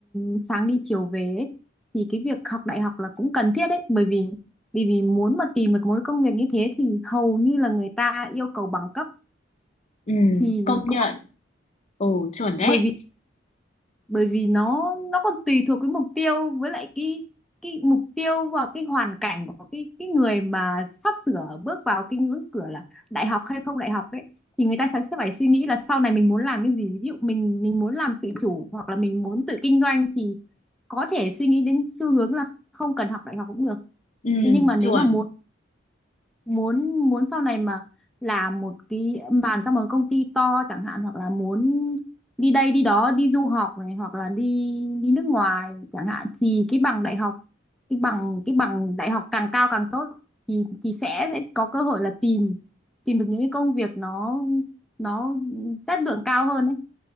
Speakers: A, in the centre; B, on the left.
A: ờ, sáng đi chiều về ấy. thì cái việc học đại học là cũng cần thiết đấy bởi vì vì vì muốn mà tìm được mỗi công việc như thế thì hầu như là người ta yêu cầu bằng cấp
B: Ừ,
A: thì
B: công
A: cũng
B: nhận. Ừ, chuẩn đấy.
A: bởi vì bởi vì nó nó còn tùy thuộc cái mục tiêu với lại cái cái mục tiêu và cái hoàn cảnh của cái cái người mà sắp sửa bước vào cái ngưỡng cửa là đại học hay không đại học ấy thì người ta phải sẽ phải suy nghĩ là sau này mình muốn làm cái gì ví dụ mình mình muốn làm tự chủ hoặc là mình muốn tự kinh doanh thì có thể suy nghĩ đến xu hướng là không cần học đại học cũng được
B: Ừ,
A: thế nhưng mà nếu
B: chuẩn.
A: mà muốn muốn muốn sau này mà làm một cái bàn trong một công ty to chẳng hạn hoặc là muốn đi đây đi đó đi du học này hoặc là đi đi nước ngoài chẳng hạn thì cái bằng đại học cái bằng cái bằng đại học càng cao càng tốt thì thì sẽ, sẽ có cơ hội là tìm tìm được những cái công việc nó nó chất lượng cao hơn ấy